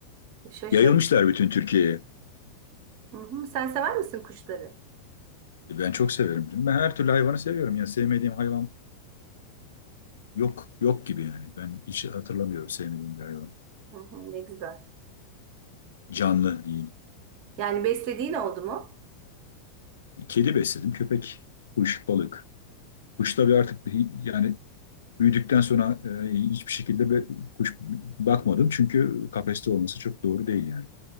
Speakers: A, on the right (about 50°); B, on the left (about 75°).
A: şaşırdım.
B: Yayılmışlar bütün Türkiye'ye.
A: Hı hı. Sen sever misin kuşları?
B: E, Ben çok severim. Ben her türlü hayvanı seviyorum. Yani sevmediğim hayvan yok yok gibi yani. Ben hiç hatırlamıyorum sevmediğim bir hayvan.
A: Hı hı, ne güzel.
B: Canlı değil.
A: Yani beslediğin oldu mu?
B: Kedi besledim, köpek, kuş, balık. Kuş tabii artık bir- yani büyüdükten sonra e, hiçbir şekilde bir kuş bakmadım. Çünkü kafeste olması çok doğru değil yani.